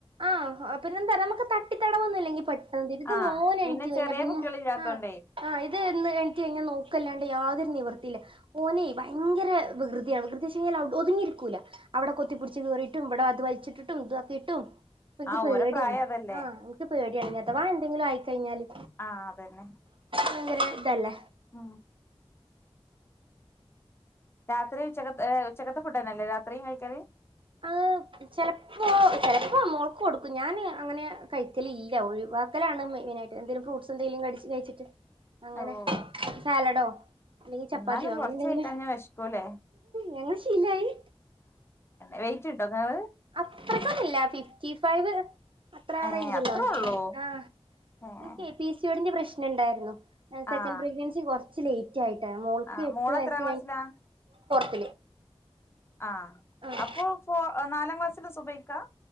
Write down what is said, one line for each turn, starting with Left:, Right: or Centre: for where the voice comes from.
Right: ആ ഹ പിന്നെ എന്താ നമുക്ക് തട്ടിത്തടവം ഒന്നും ഇല്ലെങ്കി പെട്ടെന്ന്തിരു ഇത്
Left: ആഹ്
Right: മോൻ എണീറ്റ്‌
Left: പിന്നെ
Right: കഴിഞ്ഞ
Left: ചെറിയ
Right: പിന്നെ
Left: കുട്ടികളില്ലാത്തോണ്ടേ
Right: ആ ആ ഇത് ന്ന് എണീറ്റ്‌ കഴിഞ്ഞാ നോക്കല്ലാണ്ട് യാതൊരു നിവർ ർത്തില്ല ഓനെ ഭയങ്കര വികൃതിയാണ് വികൃതിച്ച്ഴിഞ്ഞാൽ ഒതുങ്ങിയിരിക്കൂല്ല അവിടെ കൊത്തിപ്പിടിച്ച് കേറിയിട്ടും ഇവടെ അത് വലിച്ചിട്ടിട്ടും ഇതക്കിയിട്ടും പ്പൻക്ക്
Left: ആഹ്
Right: പേടിയാണ്
Left: ഓരെ പ്രായം അതല്ലേ
Right: ആ ഇൻക്ക് പേ <unintelligible> അഥവാ എന്തങ്കിലും ആയിക്കഴിഞ്ഞാല്
Left: ആ അതന്നെ
Right: ഭയങ്കര ഇതല്ലേ
Left: ആ രാത്രി ക <unintelligible> ഏഹ് ഉച്ചക്കത്തെ ഫുഡന്നല്ലെ രാത്രിയും കഴിക്കല്
Right: ആ ചിലപ്പോ ചിലപ്പോ മോൾക്ക് കൊടുക്കും ഞാൻ അങ്ങനെ കഴിക്കല് ഇല്ല ഒഴിവാക്കലാണ് മെയിനായിട്ട് എന്തേലും ഫ്രൂട്ട്സ് എന്തെങ്കിലും ക കഴിച്ചിട്ട് അങ്ങനെ
Left: ഓഹ്
Right: സാലഡോ അല്ലെങ്കിൽ ചപ്പാത്തിയോ
Left: എന്നാലും
Right: അങ്ങനെ
Left: കൊറച്ച്
Right: എന്തെങ്കിലോ
Left: കഴിക്കാഞ്ഞാ വെശക്കൂലേ
Right: ഞങ്ങൾ ശീലായി
Left: വെയിറ്റിട്ടോ നിങ്ങള്
Right: അത്രക്കൊന്നില്ല ഫിഫ്റ്റി ഫൈവ് അത്ര ആ
Left: ഏഹ്
Right: റേഞ്ച്
Left: അത്രേ ഒള്ളൂ
Right: ആ
Left: ഏഹ്
Right: ഇനിക്കേ പി സി ഒ ഡിന്റെ പ്രശ് ണ്ടായിരുന്നു സെക്കൻ്റ്
Left: ആഹ്
Right: പ്രെഗ്നൻസി <inaudible> <inaudible> യിട്ട മോൾക്ക്
Left: ആഹ്
Right: എട്ട്
Left: മോള്
Right: വയസ്
Left: എത്രാം ക്ലാസ്സിലാ
Right: കഴി..
Left: ആ
Right: ആഹ്
Left: അപ്പു പോ നാലാം ക്ലാസ് സുബൈക്കാ